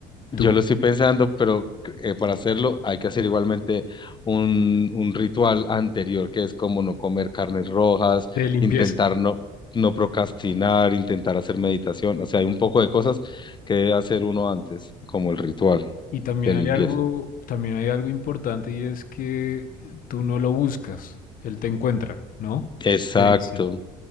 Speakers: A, on the left (about 60°); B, on the left (about 30°).
A: tú
B: Yo lo estoy pensando, pero eh, para hacerlo hay que hacer igualmente un, un ritual anterior, que es como no comer carnes rojas,
A: de limpieza?
B: intentar no, no procrastinar, intentar hacer meditación. O sea, hay un poco de cosas que debe hacer uno antes, como el ritual
A: Y también
B: de limpieza.
A: hay algo, también hay algo importante y es que tú no lo buscas, él te encuentra, ¿no?
B: Exacto.
A: Ok, sí.